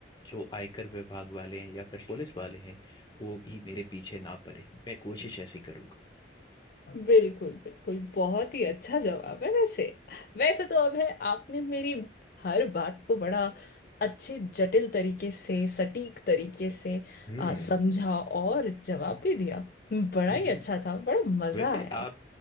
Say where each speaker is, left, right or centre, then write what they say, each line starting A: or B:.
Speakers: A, on the left (about 25°); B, on the left (about 50°).
A: जो आयकर विभाग वाले हैं या फिर पुलिस वाले हैं वो भी मेरे पीछे ना पड़े मैं कोशिश ऐसी करूंगा
B: बिल्कुल बिल्कुल बहुत ही अच्छा जवाब है वैसे वैसे तो अब है आपने मेरी हर बात को बड़ा अच्छे जटिल तरीके से सटीक तरीके से
A: हम्म
B: आ, समझा और जवाब भी दिया बड़ा
A: हम्म
B: ही
A: हम्म।
B: अच्छा था बड़ा मजा
A: वैसे
B: आया
A: आप